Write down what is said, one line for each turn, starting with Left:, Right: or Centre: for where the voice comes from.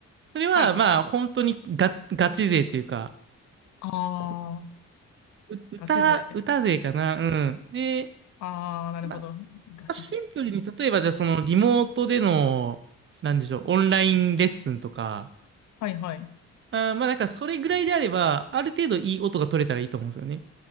Right: それは、
Left: はい。
Right: まあ、本当にガ、ガチ勢というか、
Left: ああ、
Right: こ歌、
Left: ガチ勢。
Right: 歌勢かな、うん。で、
Left: ああ、なるほど。
Right: ま
Left: ガチ勢。
Right: あ、シンプルに、例えばじゃあそのリモートでの、なんでしょう、オンラインレッスンとか、
Left: はいはい。
Right: あーまあなんかそれぐらいであれば、ある程度いい音が取れたらいいと思うんですよね。